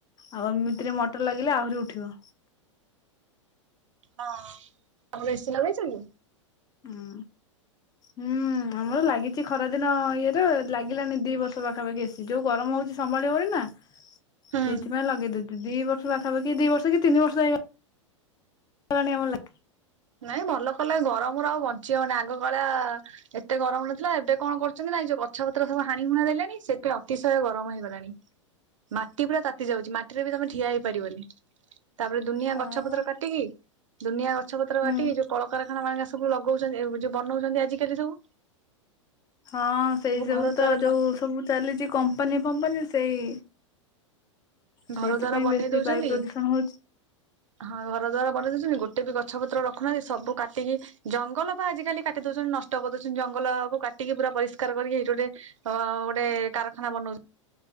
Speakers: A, on the left; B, on the right.
A: ଆଉ ଏମିତିରେ ମଟର ଲାଗିଲେ ଆହୁରି ଉଠିବ।
B: ହଁ ତମର ଏସିି ଲଗେଇଚ କି।
A: ହୁଁ ହୁଁ। ଆମର ଲାଗିଚି ଖରା ଦିନ ଇଏରୁ ଲାଗିଲାନି ଦି ବର୍ଷ ପାଖାପାଖି ଏସି ଯୋଉ ଗରମ ହଉଚି ସମ୍ଭାଳିି ହଉନି ନା। ସେଇଥିପାଇଁ
B: ହୁଁ।
A: ଲଗେଇଦେଲୁ। ଦି ବର୍ଷ ପାଖାପଖି ଦି ବର୍ଷ କି ତିନି ବର୍ଷ ହେଇଗଲାଣି ଆମର ଲାଗିଚ୍।
B: ନାଇଁ ଭଲ କଲେ ଗରମରୁ ଆଉ ବଞ୍ଚି ହବନି ଆଗ କଳଆ ଏତେ ଗରମ ନଥିଲା। ଏବେ କଣ କରୁଛନ୍ତି ନା ଏ ଯୋଉ ଗଛ ପତ୍ର ସବୁ ହାଣି ହୁଣା ଦେଲେଣି ସେଥିପାଇଁ ଅତିଶୟ ଗରମ ହେଇଗଲାଣି। ମାଟି ପୁରା ତାତିଯାଉଚି ମାଟିରେ ବି ତମେ ଠିଆ ହେଇପାରିବନି। ତାପରେ ଦୁନିଆ
A: ହଁ
B: ଗଛ ପତ୍ର
A: ବା
B: କାଟିକି ଦୁନିଆ ଗଛ ପତ୍ର
A: ହୁଁ।
B: କାଟିକି ଯୋଉ କଳକାରଖାନା ମାନା ସବୁ ଲଗଉଚନ୍ତି ଯଉ ବନଉଚନ୍ତି ଆଜିକାଲି ସବୁ।
A: ହଁ ସେଇ ସବୁ
B: ଘର
A: ତ
B: ଦ୍ୱାର
A: ଯୋଉ ସବୁ ଚାଲିଛି କମ୍ପାନୀ ଫମ୍ପାନୀ ସେଇ। ସେଇଥିପାଇଁ
B: ଘର ଦ୍ୱାର ବନେଇ
A: ବେଶୀ
B: ଦଉଚନ୍ତି
A: ବାୟୁ ପ୍ରଦୂଷଣ ହଉଛି
B: ହଁ ଘର ଦ୍ୱାର ବନେଇ ଦଉଚନ୍ତି ଗୋଟେ ଗୋଟେ ବି ଗଛପତ୍ର ରଖୁନାହାନ୍ତି ସବୁ କାଟିକି ଜଙ୍ଗଲ ପା ଆଜିକାଲି କାଟି ଦଉଚନ୍ତି ନଷ୍ଟ କରି ଦଉଚନ୍ତି। ଜଙ୍ଗଲକୁ କାଟିକି ପୁରା ପରିଷ୍କାର କରିକି ହେଇଠି ଗୋଟେ ହ ଗୋଟେ କାରଖାନା ବନଉଛି